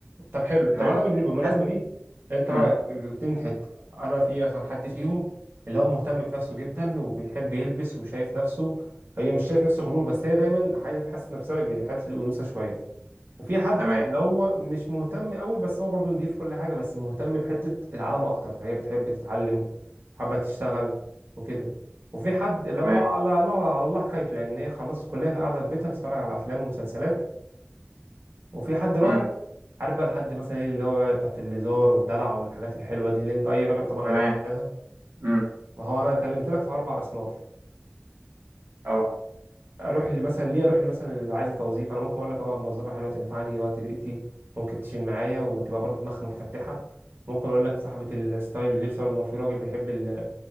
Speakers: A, on the right (about 60°); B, on the right (about 85°).
A: طب حلو طب
B: تمام؟
A: انا بالن- بالمناسبه
B: هل-
A: دي انت بقى
B: مم.
A: جبتني حته انا في مثلا حد فيهم اللي هو مهتم بنفسه جدا وبيحب يلبس وشايف نفسه هي مش شايف نفسه غرور بس هي دايما عايزه تحسن نفسها بحته الانوثه شويه وفي حد
B: تمام
A: اللي هو مش مهتم قوي بس هو برضه نضيف كل حاجه بس مهتم بحته العالم اكتر هي بتحب تتعلم وحابه تشتغل وكده وفي حد اللي
B: تمام
A: الله على الله على الله حكايته يعني إن هي خلصت الكليه فقاعده في بيتها بتتفرج على افلام ومسلسلات وفي حد رابع
B: امم
A: عارف بقى لحد مثلا ايه اللي هو بقى بتاعت الليزار والدلع والحاجات الحلوه دي اللي انت اي راجل طبعا
B: تمام
A: هيتمناها
B: امم
A: ما هو انا كلمت لك في اربع اصناف
B: اه
A: اروح اللي مثلا ليه اروح اللي مثلا اللي عايزه توظيف انا ممكن اقول لك اه موظفه حلوه تنفعني وقت ضيقتي ممكن تشيل معايا وتبقى برضو دماغها متفتحه ممكن اقول لك صاحبه الستايل واللبس برضو ما في راجل بيحب ال-